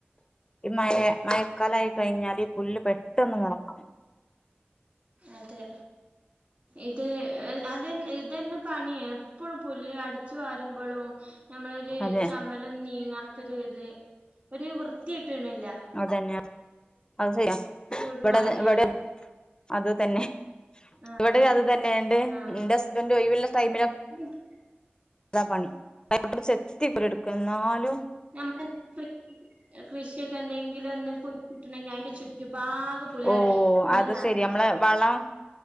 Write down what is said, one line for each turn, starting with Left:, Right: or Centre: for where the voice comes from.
Left: ഈ മഴെ
Right: ആ
Left: മഴ ക്കാലായി കയ്ഞ്ഞാല് ഈ പുല്ല് പെട്ടെന്ന് മൊളക്കും
Right: അതെ ഇത് അത് ഇതെന്നെ പണി എപ്പളും പുല്ല് അടിച്ച് വാരുമ്പളും നമ്മളൊര്
Left: അതെ
Right: ചമ്മലൊന്നും നീങ്ങാത്തൊരിത് ഒരു വൃത്തിട്ട്ണില്ല
Left: തന്നെയ അത് <unintelligible>
Right: വീടുമാതിരി
Left: ഇവടെ ഇവടെ
Right: ആയി
Left: അത് തന്നെ
Right: ആഹ്
Left: ഇവടെ അത് തന്നെണ്ട്
Right: ആഹ്
Left: ഇന്റെ ഹസ്ബന്റ് ഒയ് വ്ള്ള ടൈമിലൊ
Right: <unintelligible>
Left: താ പണി കൈകോട്ട് കൊണ്ട് ചെത്തി പണി ട്ക്കും എന്നാലും
Right: നമ്മളെ കൃഷിയൊക്കെ എന്തെങ്കിലൊന്ന് കുഴിച്ചിട്ടിണ്ടെങ്കില് അയ്ന്റെ ചു റ്റ് ഭാഗം പുല്ല്ർയ
Left: ഓ
Right: പുല്ല്
Left: അത്
Right: നറയ
Left: ശെരി നമ്മളെ വളം